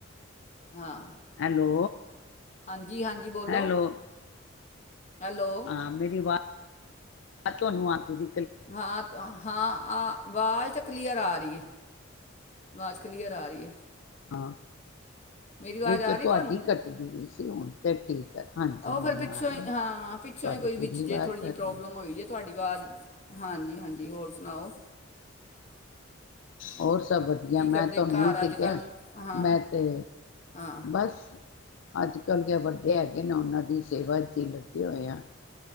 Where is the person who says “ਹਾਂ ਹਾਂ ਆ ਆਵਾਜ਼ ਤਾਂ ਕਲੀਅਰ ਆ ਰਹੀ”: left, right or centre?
Left